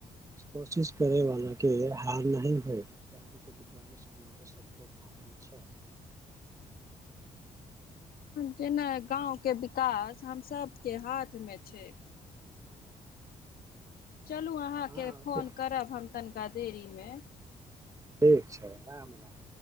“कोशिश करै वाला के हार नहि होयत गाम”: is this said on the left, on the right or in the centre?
Right